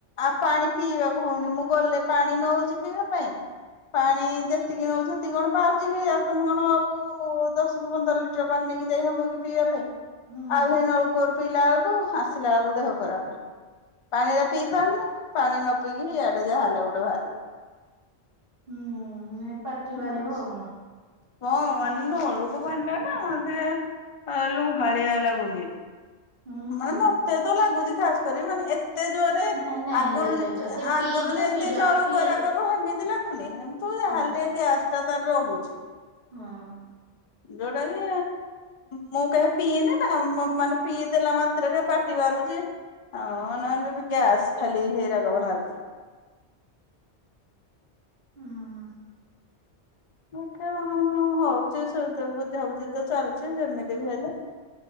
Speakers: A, on the left; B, on the right.
A: ଆଉ ପାଣି ପିଇବାକୁ ହୋଉନି ମୁଁ ଗଲେ ପାଣି ନଉଚି ପିଇବା ପାଇଁ। ପାଣି ଯେତିକି ନୋଉଚି ସେତିକି କଣ ପାଉଚିକି, ତମେ କଣ ଆଉ। ଦଶରୁ ପନ୍ଦର ଲିଟର ପାଣି ନେଇକି ଯାଇ ହବ କି ପିଇବା ପାଇଁ।
B: ହୁଁ
A: ଆଉ ହେଇ ନଳକୂଅରୁ ପିଇଲା ବେଳକୁ ଆସିଲା ବେଳକୁ ଦେହ ଖରାପେ, ପାଣି ଗୁରା ପିଇ କାହିଁ ନା ପାଣି ନ ପଇକି ଇଆଡେ ଯାହାହେଲେ ଗୋଟେ ବାହାରିବ।
B: ହୁଁ ପାଟି ବାରିବ
A: ହଁ।
B: ଆଉ।
A: ହଁ ମାନେ ନଳକୂପ ପାଣିଟା ନା ଯେ ଲୁହାଳିଆ ଲାଗୁଚି।
B: ହୁଁ
A: ମାନେ
B: ହୁଁ
A: ମତେ ତ ଲାଗୁଚି ଖାସେ କରି ମାନେଏ ଏତେଯୋରେ
B: ନାଇଁ ନାଇଁ
A: ଆଗୁରୁ
B: ଦେଖେ ଯଦି ପିଇଯିବ
A: ଅଗୁରୁ ଯେମିତି
B: ପିଇଯା
A: ନଳକୂଅରେ
B: ପିଇ
A: ହେମିତି ଏମିତି ଲାଗୁନି, ଏମିତି ଯାହା
B: ହୁଁ
A: ହେଲେ ଗ୍ୟାସ ଟା ତାର ରହୁଚି।
B: ହଁ।
A: ଯୋଉଟା କି ମୁଁ କେବେ ପିଇନେହିଁ ମାନେ ପିଇଦେଲା ମାତ୍ରେକେ ପାଟି ବାହାରୁଚି। ହଁ ନହେଲେ ଗ୍ୟାସ ଖାଲି ହେଇରାକ ବାହାରୁଚି।
B: ହୁଁ।
A: ଦେଖିଆ କଣ ହୋଉଚି ସେଦେଵେ। ସବୁ ଦିନିତ ଚାଲୁଚି ଯେମିତି ବି ହେଲେ